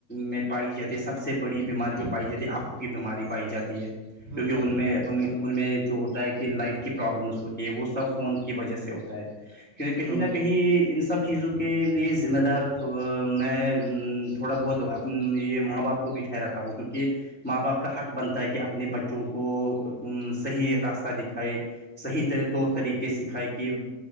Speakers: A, in the centre; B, on the right.
A: میں پائی جاتی ہے سب سے بڑی بیماری جو پائی جاتی ہے آنکھوں کی بیماری پائی جاتی ہے
B: ہاں
A: کیونکہ ان
B: بھائی جان
A: میں ان میں جو ہوتا ہے کہ لائٹ کی پرابلمس ہوتی ہے وہ سب فون کی وجہ سے ہوتا ہے کہ کہیں
B: ہاں
A: نہ
B: بھائی
A: کہیں
B: جان
A: ان سب چیزوں کو کے لیے ذمہ دار میں تھوڑا بہت یہ ماں باپ کو بھی ٹھہراتا ہوں کیونکہ ماں باپ کا حق بنتا ہے کہ اپنے بچوں کو صحیح راستہ دکھائے صح ط طور طریقے سکھائے کہ